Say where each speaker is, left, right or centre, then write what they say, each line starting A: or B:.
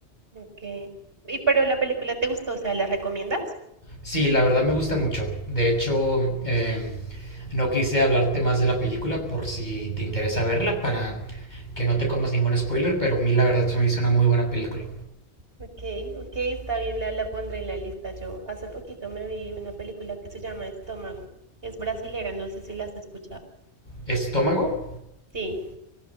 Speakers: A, on the right; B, on the left.
A: Ok. Y pero la película te gustó, o sea, ¿la recomiendas?
B: Sí, la verdad me gusta mucho. De hecho, eh, no quise hablarte más de la película por si te interesa verla para que no te comas ningún spoiler, pero a mí la verdad se me hizo una muy buena película.
A: Ok, ok, está bien, la, la pondré en la lista. Yo hace poquito me vi una película que se llama Estómago. Es brasilera, no sé si la has escuchado.
B: ¿Estómago?
A: Sí.